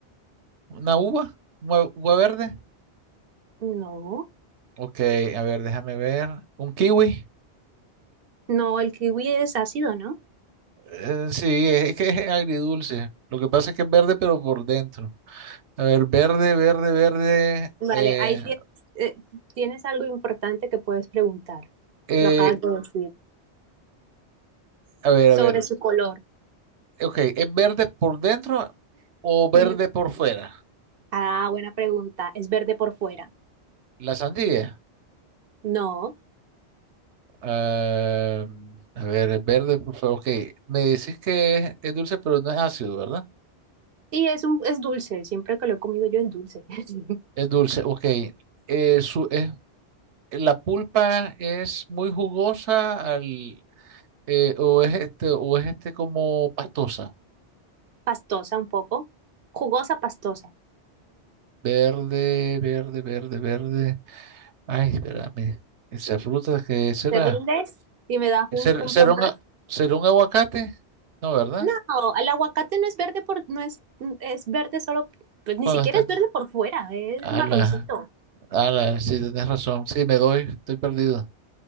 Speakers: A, on the right; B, on the right.
A: ¿Una uva? ¿Una uva verde?
B: No,
A: Ok, a ver, déjame ver. ¿Un kiwi?
B: no, el kiwi es ácido, ¿no?
A: Eh, sí, es que es agridulce. Lo que pasa es que es verde, pero por dentro. A ver, verde, verde, verde.
B: Vale,
A: eh,
B: ahí tienes, eh, tienes algo importante que puedes preguntar.
A: eh,
B: Lo acabas de decir.
A: a ver,
B: Sobre
A: a ver.
B: su color.
A: Ok, ¿es verde por dentro o verde
B: <laughs>
A: por fuera?
B: Ah, buena pregunta. ¿Es verde por fuera?
A: La sandía.
B: No.
A: Ah, a ver, es verde por fuera. Ok, me decís que es, es dulce, pero no es ácido, ¿verdad?
B: Sí, es un, es dulce. Siempre que lo he comido yo es dulce. <laughs>
A: Es dulce, ok. Eh, su, es- la pulpa es muy jugosa al, eh, o es este, o es este como pastosa,
B: Pastosa un poco. Jugosa, pastosa.
A: verde, verde, verde, verde. Ay, espérame. Esa fruta, ¿qué será?
B: ¿Te rindes? Y me das un
A: ¿Será,
B: punto
A: será un,
B: más.
A: a- será un aguacate? No, ¿verdad?
B: No, el aguacate no es verde por, no es, es verde solo, pues ni
A: Cuando
B: siquiera
A: está.
B: es verde por fuera, es
A: Ala,
B: marroncito.
A: ala, sí, tenés razón. Sí, me doy, estoy perdido.